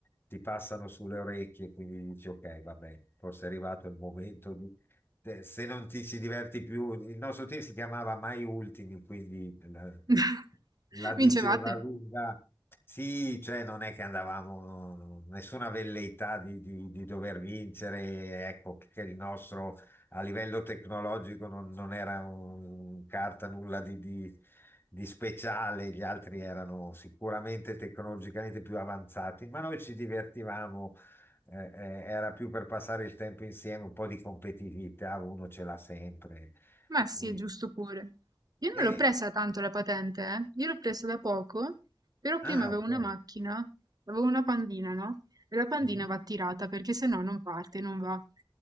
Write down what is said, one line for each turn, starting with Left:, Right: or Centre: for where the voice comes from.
Left: ti passano sulle orecchie, quindi dici ok, vabbè, forse è arrivato il momento di... eh, Se non ti ci diverti più, il nostro team si chiamava Mai Ultimi, quindi la-
Right: <laughs>
Left: la diceva
Right: vincevate?
Left: lunga. Sì, cioè non è che andavamo, nessuna velleità di, di- di dover vincere, ecco che il nostro a livello tecnologico non, non era un carta nulla di, di- di speciale, gli altri erano sicuramente tecnologicamente più avanzati, ma noi ci divertivamo, eh, eh, era più per passare il tempo insieme, un po' di competitività, uno ce l'ha sempre.
Right: Ma sì,
Left: E,
Right: è giusto pure. Io
Left: e-
Right: non l'ho presa tanto la patente, eh. Io l'ho presa da poco, però prima
Left: ah,
Right: avevo
Left: ok.
Right: una macchina, avevo una pandina, no? E la pandina
Left: Mhm.
Right: va tirata perché se no non parte, non va.